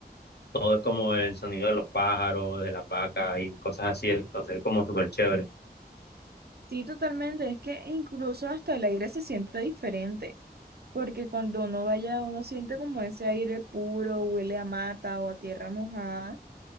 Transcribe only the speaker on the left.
todo es como el sonido de los pájaros, de la vaca y cosas así, entonces es como súper chévere.